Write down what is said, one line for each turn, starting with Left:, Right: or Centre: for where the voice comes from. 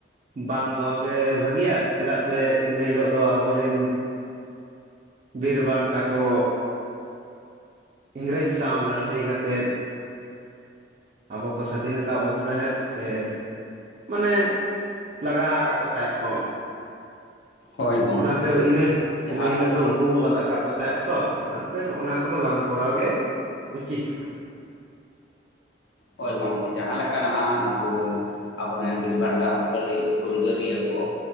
Right: ᱵᱟᱝ ᱫᱚᱦᱚ ᱜᱮ, ᱵᱷᱟᱹᱜᱤᱭᱟ ᱾ ᱪᱮᱫᱟᱜ ᱥᱮ, ᱤᱱᱟᱹ ᱦᱤᱞᱚᱜ ᱫᱚ, ᱟᱵᱚᱨᱤᱱ ᱵᱤᱨ ᱵᱟᱱᱴᱟ ᱠᱚ, ᱤᱝᱨᱮᱡᱽ ᱥᱟᱶ ᱞᱟᱹᱼᱼ ᱛᱟ. ᱭ ᱠᱟᱛᱮᱫ ᱾ ᱟᱵᱚ ᱠᱚ, ᱥᱟᱫᱷᱤᱱ ᱟᱠᱟᱫ ᱵᱚᱱ, ᱛᱟᱦᱮᱸᱫ ᱥᱮ, ᱢᱟᱱᱮ, ᱞᱟᱜᱟ ᱟᱠᱟᱫ ᱠᱚ, ᱛᱟᱦᱮᱸᱫ ᱠᱚ ᱾
Left: ᱦᱳᱭ ᱜᱚᱢᱠᱮ
Right: ᱚᱱᱟᱛᱮ, ᱤᱱᱟᱹ
Left: ᱡᱟᱦᱟᱸ
Right: ᱤᱱᱟᱹ ᱦᱤᱞᱳᱜ ᱫᱚ, ᱩᱱᱠᱩ ᱵᱚ ᱟᱫ ᱟᱠᱟᱫ ᱠᱚ, ᱛᱟᱦᱮᱸᱫ ᱾ ᱛᱚ ᱚᱱᱟᱛᱮ ᱚᱱᱟ ᱠᱚᱫᱚ ᱵᱟᱝ ᱠᱚᱨᱟᱣ ᱜᱮᱼᱼ ᱩᱪᱤᱛ ᱠᱟᱼᱼ
Left: ᱦᱳᱭ ᱜᱚᱝᱠᱮ ᱡᱟᱦᱟᱸ ᱞᱮᱠᱟ ᱱᱟᱦᱟᱜ ᱠᱚᱼᱼ ᱟᱵᱚ ᱨᱮᱱ ᱵᱤᱨᱵᱷᱟᱱᱴᱟ <unintelligible> ᱦᱩᱞᱜᱟᱹᱨᱭᱟᱹ ᱠᱚ